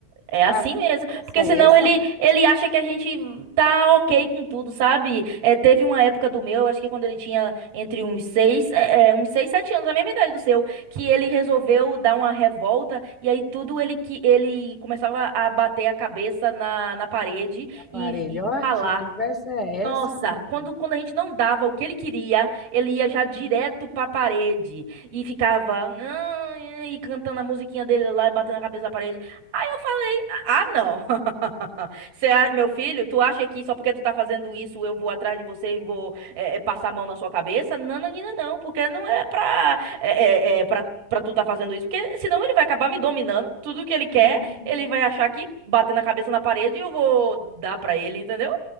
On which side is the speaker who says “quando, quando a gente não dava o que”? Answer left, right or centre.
Right